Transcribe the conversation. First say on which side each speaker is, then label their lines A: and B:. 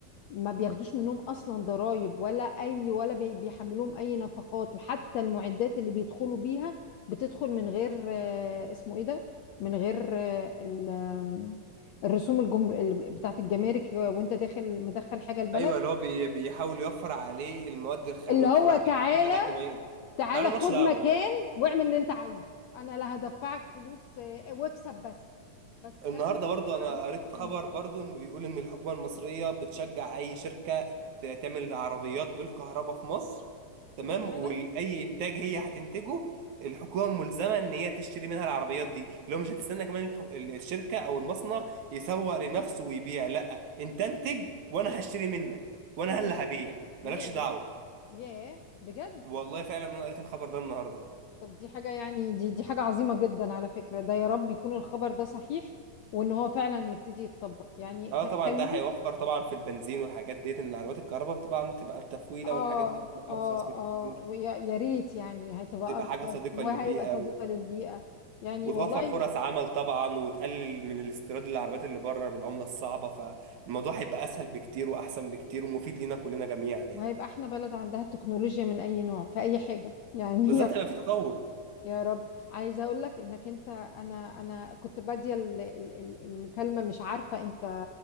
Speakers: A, on the left; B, on the right.
A: ما بياخدوش منهم اصلا ضرائب ولا اي ولا بي- بيحملوهم اي نفقات وحتى المعدات اللي بيدخلوا بيها بتدخل من غير آه، اسمه ايه ده من غير آه، ال- آم، الرسوم الجمر... ال- بتاعت الجمارك وانت داخل مدخل حاجة البلد
B: ايوه اللي هو بي- بيحاول يوفر عليه المواد الخام
A: اللي
B: ويوفر
A: هو
B: عليه
A: تعالى
B: الحاجات على قد ما يقدر
A: تعالى
B: تعالى مالكش
A: خد
B: دعوه
A: مكان واعمل اللي انت عايزه انا لا هدفعك فلوس آه، واكسب بس بس خدمة
B: النهارده برضو انا
A: دي
B: قريت
A: تبقى
B: خبر
A: عندي
B: برضو
A: انا
B: ان بيقول ان الحكومه المصريه بتشجع اي شركه ت- تعمل عربيات بالكهرباء في مصر تمام
A: ايه ده فعلا
B: واي انتاج هي هتنتجه الحكومه ملزمه ان هي تشتري منها العربيات دي اللي هو مش هتستنى كمان الح- ال- الشركه او المصنع يسوق لنفسه ويبيع لا انت انتج وانا هشتري منك وانا
A: ايه ده
B: اللي هبيع
A: ياه
B: مالكش دعوه
A: ياه بجد
B: والله فعلا انا قريت الخبر ده النهارده
A: طب دي حاجة يعني دي دي حاجة عظيمة جدا على فكرة ده يا رب يكون الخبر ده صحيح وان هو فعلا يبتدي يتطبق يعني
B: اه
A: هتخليني
B: طبعا ده هيوفر طبعا في البنزين والحاجات ديت ان عربيات الكهرباء طبعا بتبقى التفويله
A: اه
B: والحاجات دي بتبقى
A: اه
B: ارخص بكتير
A: اه ويا يا ريت يعني هتبقى
B: بتبقى
A: ارخص
B: حاجه صديقه
A: وهيبقى
B: للبيئه
A: صديقة
B: و-
A: للبيئة يعني
B: وتوفر
A: والله
B: فرص عمل طبعا وتقلل من الاستيراد للعربيات اللي بره بالعمله الصعبه فالموضوع هيبقى اسهل بكتير واحسن بكتير ومفيد لينا كلنا جميعا يعني
A: وهيبقى احنا بلد عندها التكنولوجيا من اي نوع في اي حاجة يعني
B: بالذات
A: <laughs>
B: لو في تطور
A: يا رب عايزه اقول لك انك انت انا انا كنت باديه ال- ال- ال- المكالمه مش عارفه انت